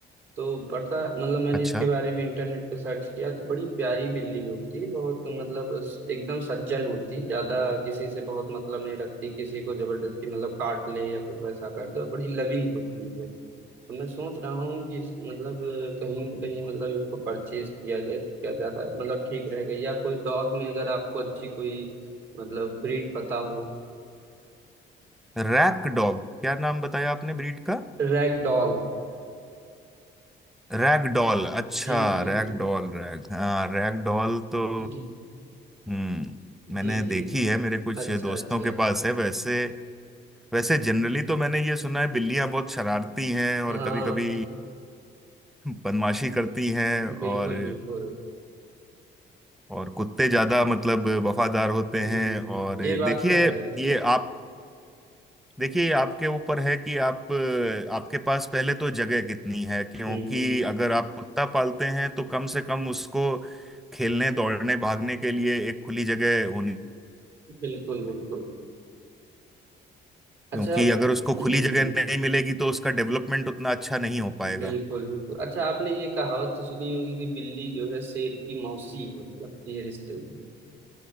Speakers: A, on the right (about 70°); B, in the centre.
A: तो पता मतलब मैंने
B: अच्छा
A: इसके बारे में इंटरनेट पे सर्च किया तो बड़ी प्यारी बिल्ली होती है बहुत मतलब स- एकदम सज्जन होती ज्यादा किसी से बहुत मतलब नहीं रखती किसी को जबरदस्ती मतलब काट ले या कुछ वैसा कर दो बड़ी लविंग होती है तो मैं सोच रहा हूँ कि इस- मतलब कहीं न कहीं मतलब इसको परचेज किया जाए तो क्या ज्यादा मतलब ठीक रहेगा या कोई डॉग में अगर आपको अच्छी कोई मतलब ब्रीड पता हो
B: Rack dog क्या नाम बताया आपने ब्रीड का
A: Rag doll
B: रैगडॉल अच्छा
A: जी जी
B: रैगडॉल
A: जी
B: रैग हाँ रैगडॉल तो
A: <laughs>
B: हम्म मैंने
A: जी जी
B: देखी है मेरे कुछ
A: अच्छा
B: दोस्तों
A: अच्छा
B: के पास है वैसे वैसे जनरली तो मैंने ये सुना है बिल्लियां बहुत शरारती हैं और
A: हाँ
B: कभी कभी
A: हाँ
B: बदमाशी करती हैं और
A: बिल्कुल, बिल्कुल।
B: और कुत्ते ज्यादा मतलब वफादार होते
A: हुँ,
B: हैं
A: हुँ,
B: और
A: ये बात
B: देखिए
A: तो है।
B: ये आप देखिए आपके ऊपर है कि आप आपके पास पहले तो जगह कितनी है क्योंकि
A: हुँ,
B: अगर आप कुत्ता पालते हैं तो कम से कम उसको खेलने दौड़ने भागने के लिए एक खुली जगह होनी
A: बिल्कुल, बिल्कुल। अच्छा
B: क्योंकि
A: हुँ,
B: अगर उसको खुली जगह
A: हुँ,
B: नहीं मिलेगी तो उसका डेवलपमेंट उतना अच्छा नहीं हो पाएगा
A: बिल्कुल, बिल्कुल। अच्छा आपने ये कहावत तो सुनी होगी कि बिल्ली जो है शेर की मौसी है, लगती है रिश्ते में।